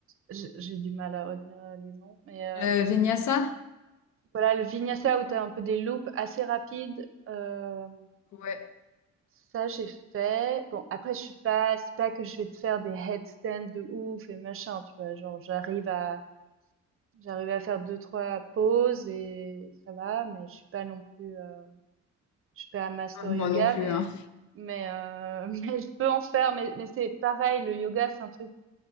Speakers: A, on the right; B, on the left.
A: Je- j'ai du mal à retenir euh, les noms, mais
B: euh, Vinyasa?
A: voilà, le vinyasa où tu as un peu des loops assez rapides, euh,
B: Ouais,
A: ça j'ai fait. Bon, après je suis pas, c'est pas que je vais te faire des headstands de ouf et machin, tu vois, genre j'arrive à j'arrive à faire deux trois pauses et ça va, mais je suis pas non plus euh, je suis pas un master
B: Ah, moi
A: yoga
B: non plus,
A: mais
B: hein.
A: mais euh, <laughs> mais je peux en faire mais mais c'est pareil, le yoga c'est un truc que